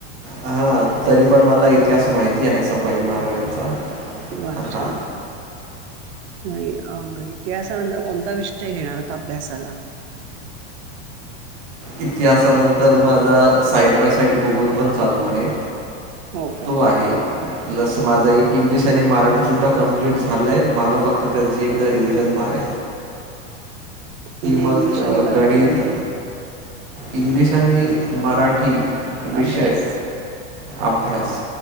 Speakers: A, on the right; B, on the right.
A: हा तरी पण मला इतिहास माहिती आहे संभाजी महाराजांचा
B: वा अच्छाचछा
A: हां
B: नाही अ इतिहासानंतर कोणता विषय घेणार होता अभ्यासाला
A: इतिहासानंतर माझा साईड बाय साईड भोगून पण चाललू आहे
B: हो का
A: तो आहे पस माझं इंग्लिश आणि मराठी सुद्धा कंप्लीट झालंय मला फक्त त्याची एकदा रिव्हिजन मारा
B: म्हणजे
A: मग
B: इंग्लिश
A: अ,
B: आणि मराठी
A: गणित,
B: म्हणजे
A: इंग्लिश आणि मराठी विषय
B: अभ्यास
A: अभ्यास